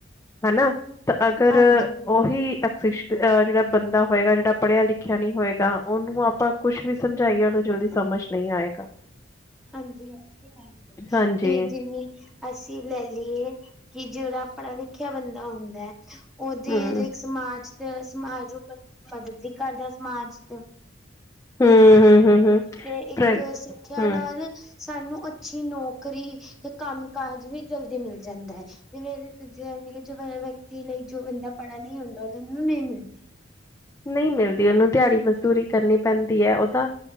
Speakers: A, on the left; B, in the centre.
A: ਹਨਾ ਤੇ ਅਗਰ
B: ਹਾਂਜੀ
A: ਓਹੀ ਅ ਜੇੜਾ ਬੰਦਾ ਹੋਏਗਾ। ਜੇੜਾ ਪੜੇਆ ਲਿਖੇਆ ਨੀ ਹੋਏਗਾ। ਓਨੂੰ ਆਪਾਂ ਕੁਛ ਵੀ ਸਮਝਾਈਏ ਓਨੂੰ ਜਲਦੀ ਸਮਝ ਨਈ ਆਏਗਾ।
B: ਹਾਂਜੀ। ਏ ਤੇ ਹੈਈਐ।
A: ਹਾਂਜੀ।
B: ਤੇ ਜਿਵੇਂ ਅਸੀ ਲੈ ਲਈਏ ਕਿ ਜੇੜਾ ਪੜਾ ਲਿਖੇਆ ਬੰਦਾ ਹੁੰਦਾ ਐ ਓਦੇ
A: ਹੂੰ,
B: ਲਈਕ ਸਮਾਜ ਤੇ ਸਮਾਜ ਓ ਮਦਦ ਵੀ ਕਰਦਾ ਸਮਾਜ ਤ।
A: ਹੂੰ ਹੂੰ ਹੂੰ।
B: ਤੇ ਇੱਕ
A: ਪ੍ਰ
B: ਸਿੱਖਿਆ
A: ਹੂੰ
B: ਨਾਲ ਸਾਨੂੰ ਅੱਛੀ ਨੌਕਰੀ ਯਾ ਕੰਮ-ਕਾਜ ਵੀ ਜਲਦੀ ਮਿਲ ਜਾਂਦਾ ਐ। ਜਿਵੇ ਜਿਵੇ ਜੋ ਵਿਅਕਤੀ ਨਈ ਜੋ ਬੰਦਾ ਪੜ੍ਹਾ ਨੀ ਹੁੰਦਾ ਓਨੂੰ ਨਈ ਮਿਲਦੀ।
A: ਨਈ ਮਿਲਦੀ ਓਨੂੰ ਦਿਆੜੀ-ਮਜ਼ਦੂਰੀ ਕਰਨੀ ਪੈਂਦੀ ਐ ਓ ਤਾਂ